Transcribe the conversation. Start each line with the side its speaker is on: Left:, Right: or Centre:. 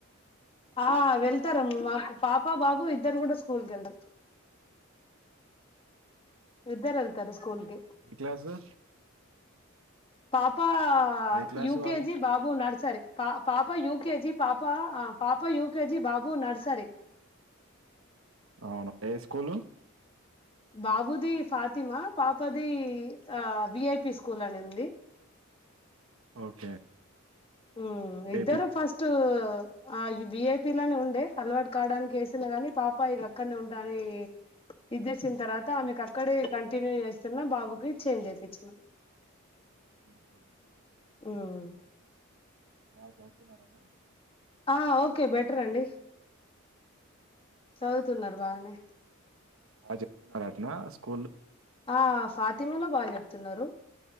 Left: ఆ వెళ్తారు మాకు పాప బాబు ఇద్దరు కూడా స్కూల్కి వెళ్ళరు ఇద్దరెళ్తారు స్కూల్కి
Right: ఏ క్లాసు
Left: పాప ఆ
Right: ఏ క్లాసు
Left: యూకేజి
Right: వాళ్ళు
Left: బాబు నర్సరీ పా పాప యూకేజి పాప ఆ పాప యూకెజి బాబు నర్సరీ
Right: అవునా ఏ స్కూలు
Left: బాబు ది ఫాతిమా పాపది ఆ వి ఐ పి స్కూల్ అనింది
Right: ఓకే
Left: హ్మ్
Right: బేబీ
Left: ఇద్దరూ ఫస్టు ఆ ఈ వి ఐ పి లోని ఉండే అలవాటు కావడానికి వేసిన గాని పాప ఇక అక్కడనే ఉంటానని ఇది జేసిన తర్వాత ఆమెకు అక్కడే కంటిన్యూ చేస్తున్నా బాబుకి చేంజ్ చేపిచ్చిన
Right: ఓకే ఓకే
Left: హ్మ్
Right: మాజవుతు నా అమరి
Left: ఆ ఓకే బెటర్ అండి. చదువుతున్నారు <unintelligible>
Right: బా చెప్తున్నారు అటనా స్కూల్లో
Left: ఆ ఫాతిమాలో బా చెప్తున్నారు